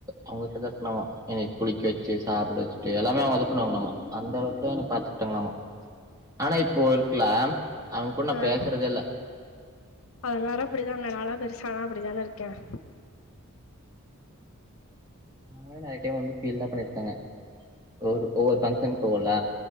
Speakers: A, on the right; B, on the left.
A: அவங்கிட்ட தா இருக்கணும்மா என்ன குளிக்க வச்சு சாப்ட வச்சட்டு எல்லாமே அவுங்க தா பண்ணுவாங்களாமா அந்த அளவுக்குலா என்ன பாத்துகிட்டாங்களாமா ஆனா இப்போ இருக்கல அவுங்க கூட நான்
B: ஆ
A: பேசுறதே இல்ல
B: எல்லாரு அப்படிதாங்க நாலா அப்டித்தான இருக்கேன்
A: நேராய்டே வந்து ஃபீல்லாம் பண்ணிருக்காங்க ஒரு ஒவ்வொரு பங்ஷனுகா போவோல